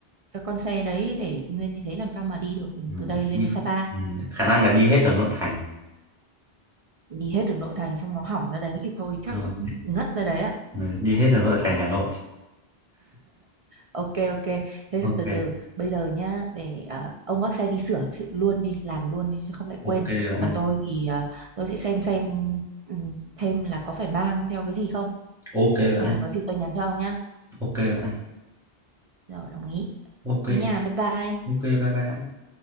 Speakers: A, on the right (about 50°); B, in the centre.
A: cái con xe đấy để nguyên như thế làm sao mà đi được
B: ừ,
A: từ đây lên
B: đi
A: đến Sapa.
B: ừ, khả năng là đi hết ở nội thành
A: Đi hết đường nội thành xong nó hỏng ra đấy thì thôi chắc
B: đúng
A: cũng
B: rồi.
A: ngất ra đấy ạ.
B: Ừ, đi hết ở nội thành Hà Nội
A: Ok ok. Thế
B: ok
A: thì từ từ bây giờ nhá để ờ, ông vác xe đi sửa chứ- luôn đi, làm luôn đi chứ không lại quên.
B: ok bạn này
A: Còn tôi thì ờ, tôi sẽ xem xem ừ, thêm là có phải mang theo cái gì không.
B: ok
A: Xong
B: bạn này
A: rồi có gì tôi nhắn cho ông nhá.
B: ok bạn này
A: Rồi, đồng ý.
B: ok
A: Thế nha, bye bye.
B: ok bye bye